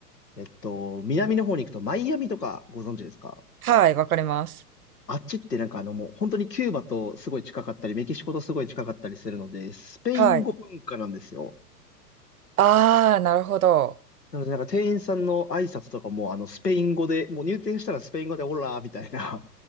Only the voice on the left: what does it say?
えっと、南の方に行くとマイアミとかご存知ですか
あっちってなんかあのもう本当にキューバとすごい近かったり、メキシコとすごい近かったりするので、スペイン語文化なんですよ。
なので、なんか店員さんの挨拶とかも、あの、スペイン語で、もう入店したらスペイン語で、オラーみたいな。